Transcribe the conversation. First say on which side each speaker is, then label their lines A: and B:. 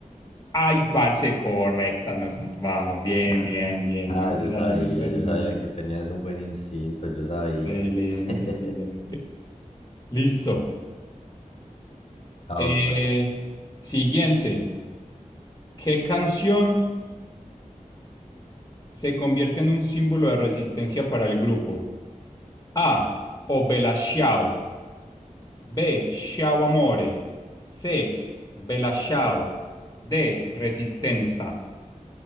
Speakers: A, on the left (about 25°); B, on the left (about 50°).
A: Ay, parce, correcta, nos salvamos. Bien,
B: <laughs>
A: bien, bien.
B: Ah,
A: No relaciones
B: yo sabía,
A: personales.
B: yo sabía que tenías un buen instinto, yo sabía.
A: Excelente,
B: <laughs>
A: excelente. Listo.
B: La
A: Eh,
B: otra.
A: siguiente. ¿Qué canción se convierte en un símbolo de resistencia para el grupo? A. Obela Xiao. B. Ciao amore. C. Bella ciao. D. Resistenza.